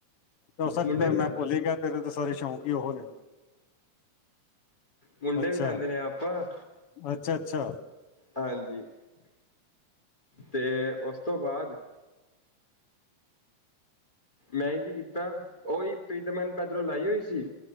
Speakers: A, on the left; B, on the left.
A: ਸ
B: ਮੁੰਡੇ ਵੀ ਲਾਂਦੇ
A: ਮੈਂ ਤੇ ਭੁੱਲ
B: ਨੇ
A: ਹੀ ਗਿਆ ਤੇਰੇ ਤਾਂ ਸਾਰੇ ਸ਼ੌਂਕ ਹੀ ਉਹੋ ਨੇ
B: ਮੁੰਡੇ
A: ਅੱਛਾ
B: ਵੀ ਲਾਦੇ ਨੇ ਆਪਾਂ
A: ਅੱਛਾ ਅੱਛਾ
B: ਹਾਂਜੀ ਤੇ ਉਸ ਤੋਂ ਬਾਅਦ ਮੈਂ ਕੀ ਕੀਤਾ ਉਹੀ ਪ੍ਰੀਤਮੈਨ ਪੈਦਲੋਂ ਲਾਈ ਹੋਈ ਸੀ